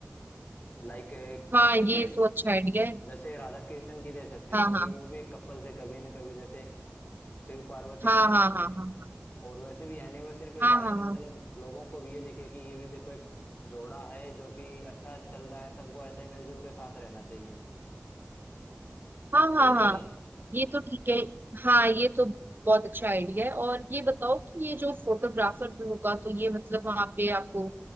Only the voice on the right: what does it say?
हाँ
ये तो अच्छा आइडिया है
हाँ
हाँ
हाँ
हाँ हाँ
हाँ
हाँ हाँ
हाँ
हाँ
हाँ
हाँ ये तो ठीक है हाँ ये तो बहुत अच्छा आइडिया है और ये बताओ कि ये जो फोटोग्राफर होगा तो ये मतलब वहाँ पे आपको